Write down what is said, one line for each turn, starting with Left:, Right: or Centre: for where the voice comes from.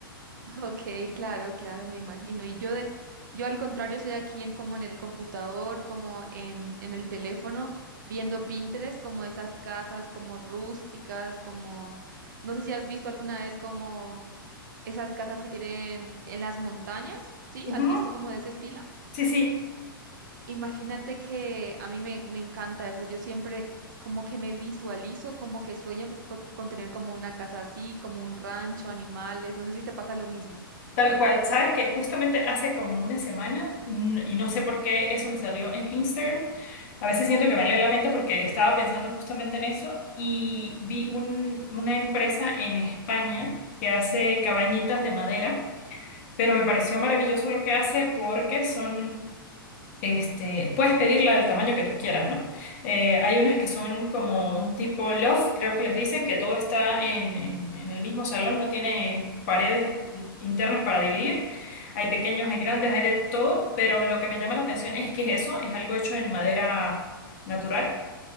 Right: <laughs> Ok, claro, claro, me imagino. Y yo de, yo al contrario soy aquí en como en el computador, como en, en el teléfono, viendo Pinterest, como esas casas como rústicas, como, no sé si has visto alguna vez como esas casas que tienen en las montañas, ¿sí?
Left: <laughs> Ujú,
Right: ¿Has visto como de ese estilo?
Left: Sí, sí.
Right: Imagínate que a mí me, me encanta eso. Yo siempre como que me visualizo, como que sueño co- co- con, tener como una casa así, como un rancho, animales. No sé si te pasa lo mismo.
Left: Tal cual, sabes que justamente hace como una semana mm, y no sé por qué eso me salió en Instagram. A veces siento que me lee la mente porque estaba pensando justamente en eso y vi un- una empresa en España que hace cabañitas de madera, pero me pareció maravilloso lo que hace porque son este, puedes pedirla del tamaño que tú quieras, ¿no? Eh, hay unas que son como un tipo loft, creo que les dicen, que todo está en, en- en el mismo salón, no tiene paredes di- internas para dividir. Hay pequeños,
Right: Ajá.
Left: hay grandes, hay de todo, pero lo que me llama la atención es que eso es algo hecho en madera natural